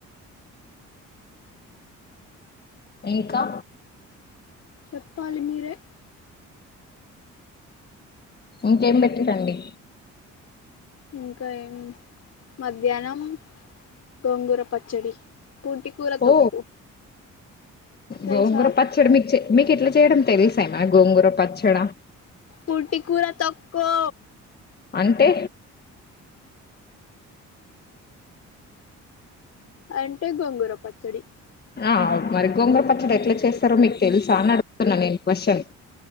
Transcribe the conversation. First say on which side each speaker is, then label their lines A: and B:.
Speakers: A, on the left; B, on the left.
A: ఇంకా
B: చెప్పాలి మీరే
A: ఇంకేం పెట్టిండ్రి అండి
B: ఇంకా ఏం మధ్యాహ్నం గోంగూర పచ్చడి పూటి కూర
A: ఓ
B: తొక్కు తెలుసా
A: గోంగూర పచ్చడి మీకు చే మీకు ఇట్లా చేయడం తెలుస ఏమైనా గోంగూర పచ్చడా
B: కుంటి కూర తొక్యూ
A: అంటే
B: అంటే గోంగూర పచ్చడి
A: ఆ మరి గోంగుర పచ్చడి ఎట్లా చేస్తారో మీకు తెలుసా అని అడుతున్న నేను క్వశ్చన్